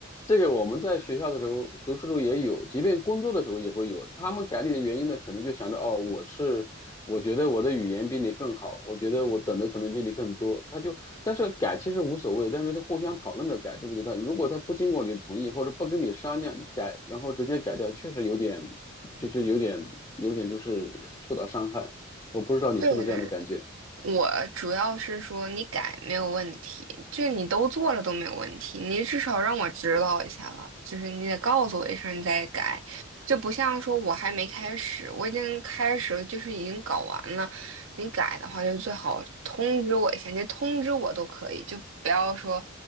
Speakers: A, on the left; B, on the right.
A: 这个我们在学校的时候，读书的时候也有，即便工作的时候也会有。他们改你的原因呢，可能就想着，哦，我是，我觉得我的语言比你更好，我觉得我等的可能比你更多。他就，但是改其实无所谓，但是他互相讨论着改，对不对？但如果他不经过你的同意，或者不跟你商量改，然后直接改掉，确实有点，就就有点，有点就是受到伤害。我不知道你是不是这样的感觉。
B: 对，我主要是说你改没有问题，就你都做了都没有问题，你至少让我知道一下吧，就是你得告诉我一声你再改，就不像说我还没开始，我已经开始了就是已经搞完了，你改的话就最好通知我一下，你通知我都可以，就不要说